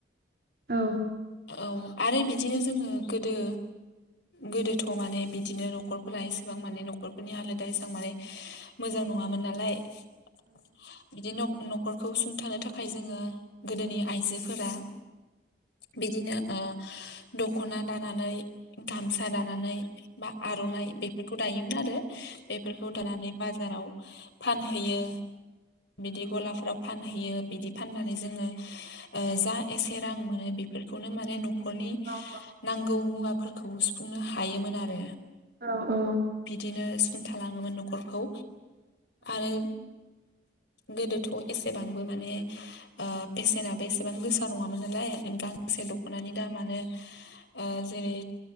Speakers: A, on the right (about 55°); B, on the left (about 85°).
A: औ
B: औ आरो बिदिनो जोङो गोदो गोदोथ' माने बिदिनो न'खरफोरा एसेबां माने न'खरफोरनि हालोदा एसेबां माने मोजां नङामोन नालाय। बिदि न' न'खरखौ सुंथानो थाखाय जोङो गोदोनि आइजोफोरा बिदिनो ओ दख'ना दानानै गामसा दानानै बा आर'नाइ बेफोरखौ दायोमोन आरो बेफोरखौ दानानै बाजाराव फानहैयो बिदि गलाफ्राव। फानहैयो बिदि फाननानै जोङो ओ जा एसे रां मोनो बेफोरखौनो माने न'खरनि
A: औ औ
B: नांगौ मुवाफोरखौ सुफुंनो हायोमोन आरो।
A: अ ओ
B: बिदिनो सुंथालाङोमोन न'खरखौ आरो गोदोथ' एसेबांबो माने ओ बेसेनाबो एसेबां गो सा नङामोन नालाय गांसे दख'नानि दामानो ओ जेरै